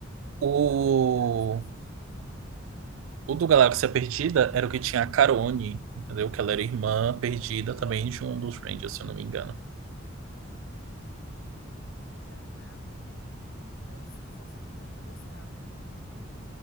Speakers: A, on the right; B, on the left.
A: o,
B: Pronto, foram os que eu assisti.
A: o do Galáxia Perdida era o que tinha a Carone, entendeu? Que ela era irmã perdida também de um dos Rangers, se eu não me engano.
B: Ixi, não lembro não. Lembra nada? Mas esse do Força do Tempo eu gostava.